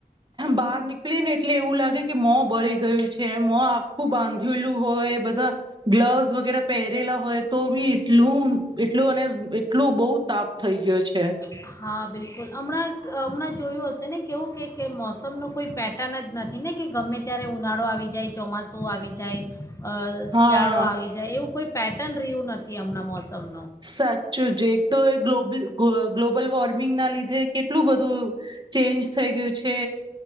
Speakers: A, on the right; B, on the left.
A: બહાર નીકળી ને એટલે એવું લાગે કે મોં બળી ગયું છે, મોં આખું બાંધેલું હોય બધા ગ્લવસ વગેરે પહેરેલા હોય, તો બી એટલું એટલું અને એટલું બહુ તાપ થઈ ગયો છે. છે.
B: હા, બિલકુલ હમણાં હમણાં જોયું હશે ને કેવું કે મોસમનું કોઈ પેટર્ન જ નથી ને કે ગમે ત્યારે ઉનાળો આવી જાય, ચોમાસું આવી જાય
A: હા
B: શિયાળો આવી જાય, એવું કોઈ પેટર્ન રહ્યું નથી, હમણાં મોસમ
A: સાચુંજી એક તો એ ગ્લોબલ ગ ગ્લોબલ વોર્ મિંગના લીધે કેટલું બધું ચેન્જ થઈ ગયું છે,